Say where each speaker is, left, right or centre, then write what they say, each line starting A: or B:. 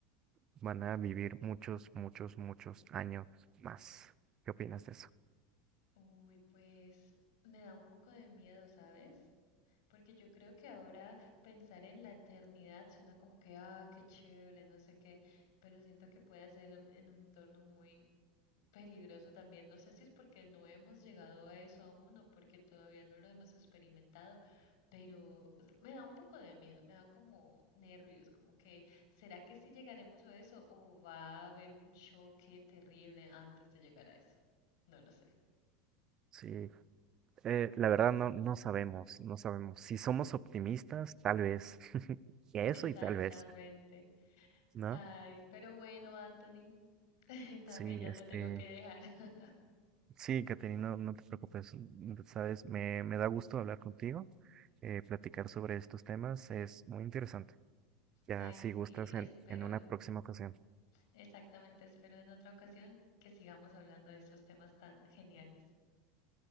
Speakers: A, on the right; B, on the left.
A: van a vivir muchos, muchos, muchos años más. ¿Qué opinas de eso?
B: Uy, pues me da un poco de miedo, ¿sabes? Porque yo creo que ahora pensar en la eternidad suena como que, ah, qué chévere, no sé qué, pero siento que puede ser en un torno muy peligroso también. No sé si es porque no hemos llegado a eso aún o porque todavía no lo hemos experimentado, pero me da un poco de miedo, me da como nervios, como que, ¿será que sí llegaremos a eso o va a haber un choque terrible antes de llegar a eso? No lo sé.
A: Sí, eh, la verdad no, no sabemos, no sabemos. Si somos optimistas, tal vez. <laughs> Eso
B: Exactamente.
A: y tal vez, ¿no?
B: Ay, pero bueno, Anthony, <laughs> también
A: Sí,
B: ya
A: este,
B: te tengo que dejar. <laughs>
A: sí, Caterina, no, no te preocupes, mm, sabes, me, me da gusto hablar contigo, eh, platicar sobre estos temas, es muy interesante. Ya
B: Ay,
A: si
B: sí,
A: gustas
B: espero,
A: en, en una próxima ocasión.
B: exactamente, espero en otra ocasión que sigamos hablando de esos temas tan geniales.